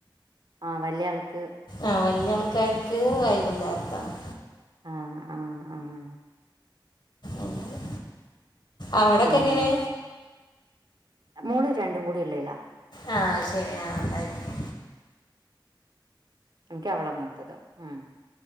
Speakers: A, on the right; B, on the left.
A: ആഹ് വലിയാൾക്ക്
B: ആഹ് വലിയ ആൾക്കാർക്ക് വൈകുന്നേരത്താണ്
A: ആഹ് ആഹ് ആഹ്
B: അങ്ങനെ അവിടൊക്കെ
A: പിന്നെ
B: എങ്ങനെ
A: മോള് രണ്ടും കൂടി ഉള്ളിലാ
B: ആ അത് ശരി അതായിരിക്കും
A: എനിക്ക് അവള മൂത്തത് ഉം